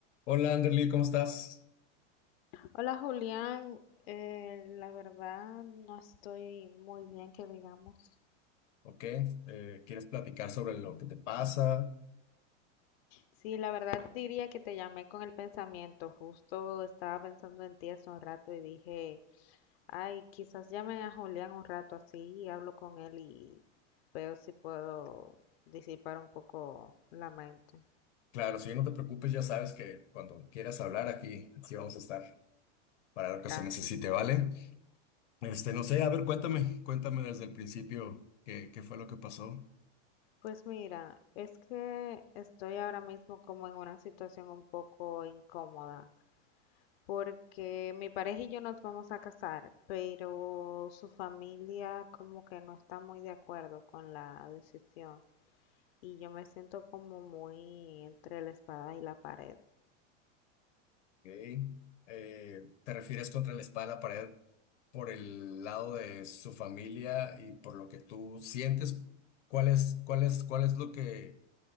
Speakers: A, on the left; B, on the left.
A: Hola Anderly, ¿cómo estás?
B: Hola Julián, Eh, la verdad no estoy muy bien que digamos.
A: Ok, eh, ¿quieres platicar sobre lo que te pasa?
B: Sí, la verdad diría que te llamé con el pensamiento, justo estaba pensando en ti hace un rato y dije, ay, quizás llame a Julián un rato así y hablo con él y veo si puedo disipar un poco la mente.
A: Claro, si no te preocupes, ya sabes que cuando quieras hablar aquí, aquí vamos a estar para lo que
B: Gracias.
A: se necesite, ¿vale? Este, no sé, a ver, cuéntame, cuéntame desde el principio qué, qué fue lo que pasó.
B: Pues mira, es que estoy ahora mismo como en una situación un poco incómoda. porque mi pareja y yo nos vamos a casar, pero su familia como que no está muy de acuerdo con la decisión y yo me siento como muy entre la espada y la pared,
A: Ok, eh, ¿te refieres contra la espada de la pared por el lado de su familia y por lo que tú sientes? ¿Cuál es, cuál es, cuál es lo que